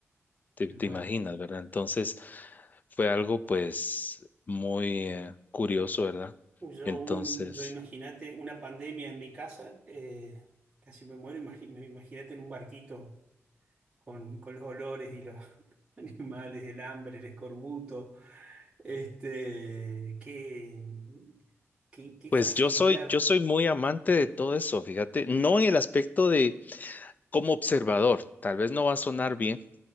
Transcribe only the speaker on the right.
me
muero.
Yo,
un, yo imagínate una pandemia en mi casa, eh, casi me muero. imagi- me- Imagínate en un barquito con, con los olores y los <laughs> animales, el hambre, el escorbuto. Este, qué, qué, qué
fragilidad.
qué-